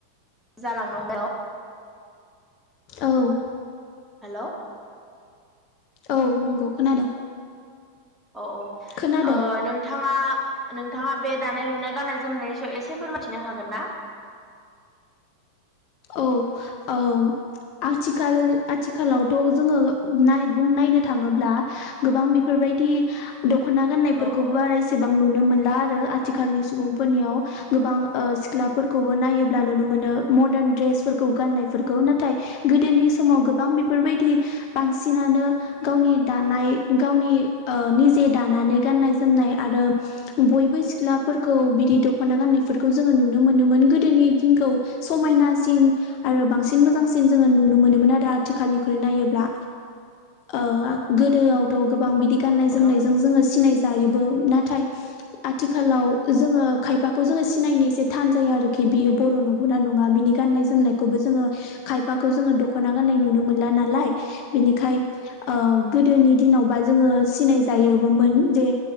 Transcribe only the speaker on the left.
औ
औ नंगौ खोनादों
खोनादों
औ औ आथिखाल-आथिखालावथ' जोङो नाय बुं नायनो थाङोब्ला गोबां बेफोरबाय दि दख'ना गननायफोरखौबो
बारा एसेबां नुनो मोन दा आरो आथिखालनि सुबुंफोरनियाव गोबां ओ सिख्लाफोरखौबो नायोब्ला नुनो मोनो मदार्न ड्रेसफोरखौ गाननायफोरखौ नाथाय गोदोनि समाव गोबां बेफोरबायदि बांसिनानो गावनि दानाय गावनि ओ निजे दानानै गाननाय जोमनाय आरो ब' बयबो सिख्लाफोरखौ बिदि दख'ना गाननायफोरखौ जोङो नुनो मोनोमोन गोदोनि दिनखौ समायना सिन आरो बांसिन मोजांसिन जोङो नुनो मोनोमोन आरो आथिखालनिख्रुइ नायोब्ला ओ गोदोआवथ' गोबां बिदि गाननाय
जोमनायजों जोङो सिनाय जायो बो नाथाय आथिखालाव जोङो खायफाखौ जोङो सिनायनो एसे थान जायो आरोखि बियो बर' नंगौना नङा बिनि गाननाय जोमनायखौबो जोङो खायफाखौ जोङो दख'ना गान्नाय नुनो मोनला नालाय बिनिखाय ओ गोदोनि दिनावबा जोङो सिनाय जायोबोमोन जे